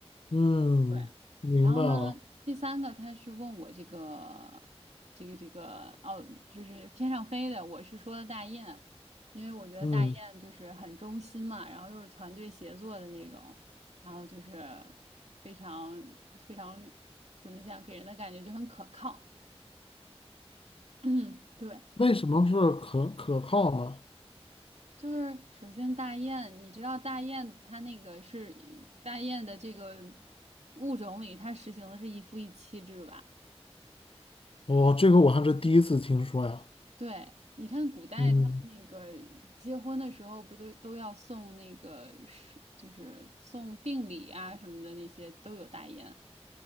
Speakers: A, on the left; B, on the right.
A: 嗯，
B: 对，
A: 明白了，
B: 然后呢，第三个他是问我这个这个这个哦，就是天上飞的，我是说的大雁，因为我觉得大雁就是很忠心嘛，
A: 嗯，
B: 然后又是团队协作的那种，然后就是非常非常怎么讲，给人的感觉就很可靠。<clears throat> 对，
A: 为什么是可可靠呢？
B: 就是首先大雁，你知道大雁它那个是大雁的这个物种里，它实行的是一夫一妻制吧？
A: 哦，这个我还是第一次听说呀，
B: 对，你看古代他们那个结婚的时候，
A: 嗯，
B: 不都都要送那个是就是送定礼啊什么的那些都有大雁，